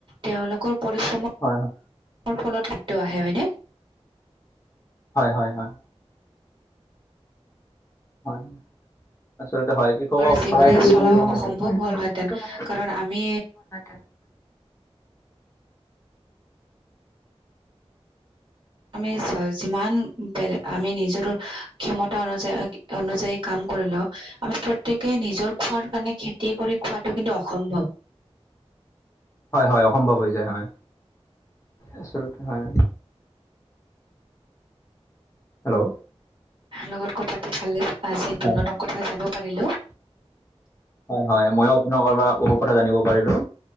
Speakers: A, on the right; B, on the left.
A: তেওঁলোকৰ পৰিশ্ৰম।
B: হয় হয়।
A: ফলত সেইটো আহে হয়নে?
B: হয় হয় হয়। হয়, আচলতে হয় কি। জীৱনান
A: আমাৰ জীৱনে চলাও অসম্ভৱ হ'লহেঁতেন
B: জীৱনতটো মানেৱ
A: কাৰণ আমি
B: <unintelligible>
A: আমি যিমান বেলেগ আমি নিজৰ ক্ষমতা অনুযায়ী অনুযায়ী কাম কৰিলেও। আমি প্ৰত্যেকে নিজৰ খোৱাৰ কাৰণে খেতি কৰি খোৱাটো কিন্তু অসম্ভৱ।
B: হয় হয় অসম্ভৱ হৈ যায় হয়, আচলতে হয়। হেল্ল'।
A: তোমাৰ লগত কথাতি ফালে আজি
B: হয়
A: দুনতম কথা জানিব পাৰিলো।
B: হয় হয়, মইয়ো আপোনোকৰ পৰা বহুত কথা জানিব পাৰিলো,